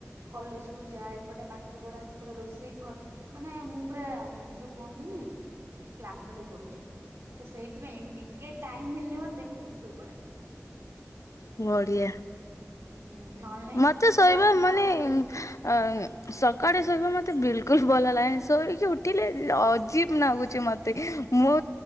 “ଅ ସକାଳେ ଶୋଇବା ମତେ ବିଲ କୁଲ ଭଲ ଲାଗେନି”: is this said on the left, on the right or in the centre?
Left